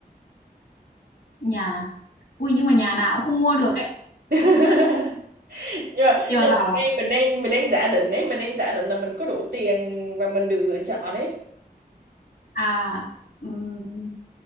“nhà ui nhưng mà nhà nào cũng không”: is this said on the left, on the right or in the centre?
Left